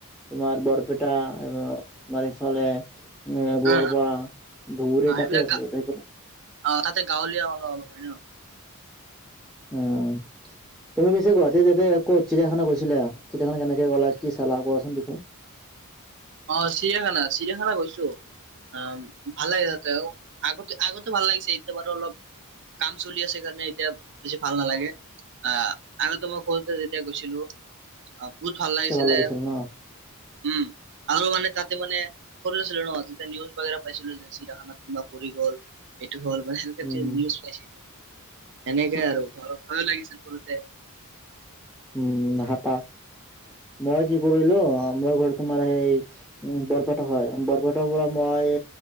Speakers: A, in the centre; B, on the right.
A: তোমাৰ বৰপেটা তোমাৰ এইফালে এ গোৱালপাৰা
B: অ
A: ধুবুৰি
B: অ সেইবিলাক
A: তাতে আছে
B: গা অ তাতে গাঁৱলীয়া অলপ অলপ হয় নে ন
A: উম তুমি পিছে গুৱাহাটীত এতে কত চিয়াখনে গৈছিলা চিয়াখান কেনেকে গ'লা কি চালা কোৱাচোন দুখূ
B: অ চিৰিয়াখানা চিৰিয়াখানা গৈছো অ ভাল লাগে তাতেও আগতে আগতে ভাল লাগিছে এতিয়া বাৰু অলপ কাম চলি আছে কাৰণে এতিয়া বেছি ভাল নালাগে আহ আগতেো মই সৰুতে যেতিয়া গৈছিলো অ বহুত ভাল লাগিছিলে
A: তেতিয়া লাগিছিল ন
B: উম আৰু মানে তাতে মানে সৰু আছিলো ন তেতিয়া নিউজ বাগে পাইছিলো যে চিৰাখান কোনবা পৰি গ'ল এইটো হ'ল মানে
A: উম
B: নিউজ পাইছিলো তেনেকে আৰু ভয় লাগিছে পৰুতে
A: উম হাপাক মই কি কৰিলো মই ঘৰত তোমাৰ সেই উ বৰপেটা হয় বৰপেটাৰ পৰা মই